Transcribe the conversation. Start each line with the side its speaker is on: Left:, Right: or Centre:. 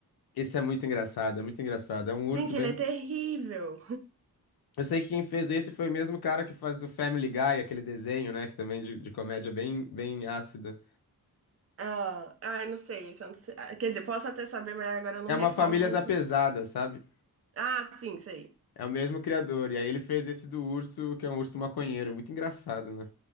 Left: Esse é muito engraçado, é muito engraçado. É um urso
Right: Gente,
Left: bem.
Right: ele é terrível.
Left: Eu sei que quem fez esse foi o mesmo cara que faz o Family Guy, aquele desenho, né, que também é de, de comédia bem, bem ácida.
Right: Ah, ah, eu não sei, esse eu não sei. Ah, Quer dizer, posso até saber, mas agora eu não
Left: É
Right: recordo
Left: uma família
Right: muito.
Left: da pesada, sabe?
Right: Ah, sim, sei.
Left: É o mesmo criador. E aí ele fez esse do urso, que é um urso maconheiro. Muito engraçado, né?